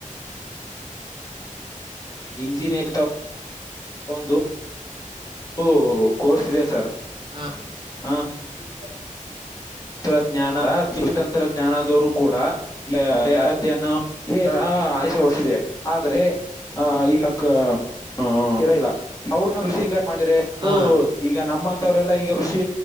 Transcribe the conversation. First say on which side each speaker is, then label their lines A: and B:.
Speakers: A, on the left; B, on the right.
A: ಇಂಜಿನನಿಂತವ ಒಂದು. ಓ ಕೋರ್ಸ್ ಇದೆ ಸರ್.
B: ಹಾ
A: ಹ
B: <inaudible> ಇದಕ್ಕ
A: ತಂತ್ರಜ್ಞಾನ ಕುತಂತ್ರಜ್ಞಾನದವರು ಕೂಡಾ. <unintelligible> ಅಳತೆಯನ್ನ ಇದೇ ಆಷ ಹೊಡಸಿದೆ ಆದ್ರೆ. ಹ ಈಗಕ್ಕ <inaudible> ಹು ಕಿರಕ್ಕ. ಇಲ್ಲಾ ಅವ್ರನ್ನ ಋಷಿ ಕಾಯ ಮಾಡಿದ್ರೆ
B: ಹಾ
A: ಈಗ ನಮ್ಮಂತವ್ರೆಲ್ಲಾ ಈಗ ಋಷಿ